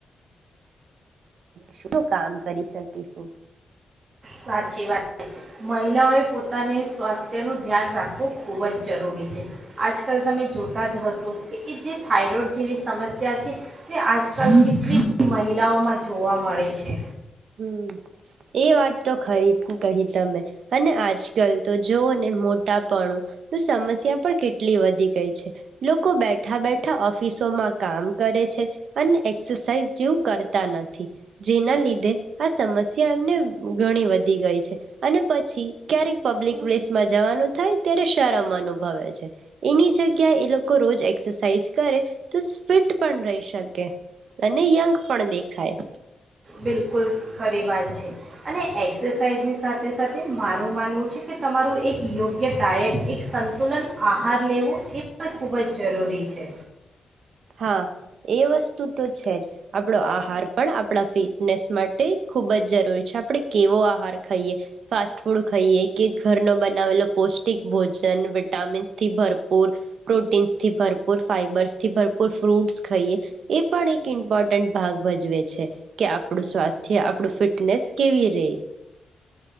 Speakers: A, on the right; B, on the right.
A: શું કામ કરી શકીશું.
B: સાચી વાત છે મહિલાઓએ પોતાને સ્વાસ્થ્યનું ધ્યાન રાખવું ખૂબ જ જરૂરી છે આજકાલ તમે જોતા જ હશો કે એ જે થાઈરોઈડ જેવી સમસ્યા છે તે આજકાલ કેટલીધ મહિલાઓમાં જોવા મળે છે.
A: હમ એ વાત તો ખરી કહી તમે અને આજકાલ તો જોઓ ને મોટાપણો સમસ્યા પણ કેટલી વધી ગઈ છે લોકો બેઠા બેઠા ઓફિસોમાં કામ કરે છે અને એક્સરસાઇઝ જેવું કરતા નથી જેના લીધે આ સમસ્યા એમને ઘણી વધી ગઈ છે અને પછી ક્યારેક પબ્લિક પ્લેસમાં જવાનું થાય ત્યારે શરમ અનુભવે છે એની જગ્યા એ લોકો રોજ એક્સરસાઇઝ કરે તો ફિટ પણ રહી શકે અને યંગ પણ દેખાય.
B: બિલકુલ ખરી વાત છે અને એક્સરસાઇઝની સાથે સાથે મારું માનવું છે કે તમારું એક યોગ્ય ડાયટ એક સંતુલન આહાર લેવો એ પણ ખૂબ જ જરૂરી છે.
A: હા એ વસ્તુ છે આપો આહાર પણ આપ ફિટને માટે ખૂબ જ જરૂરી છે આપડણે કેવો આહાર ખાઈએ ફાસ્ટ ફૂડ ખાઈએ કે ઘરનો બનાવેલો પૌષ્ટિક ભોજન વિટામિન્સ થી ભરપૂર પ્રોટીન્સ થી ભરપૂર ફાઈબર્સથી ભપર ફ્રૂટસ ખાઈએ એ પણ એક ઇમ્પોર્ટન્ટ ભાગ ભજવે છે કે આપણું સ્વાસ્થ્ય આપણું ફિટનેસ કેવી ર